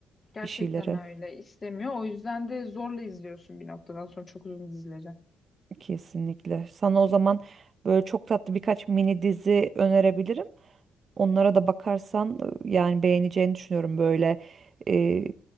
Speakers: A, on the left (about 30°); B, on the right (about 45°).
A: Gerçekten
B: bir şeyleri.
A: öyle. istemiyor. O yüzden de zorla izliyorsun bir noktadan sonra çok uzun dizileri.
B: Kesinlikle. Sana o zaman böyle çok tatlı birkaç mini dizi önerebilirim. Onlara da bakarsan e, yani beğeneceğini düşünüyorum böyle. e,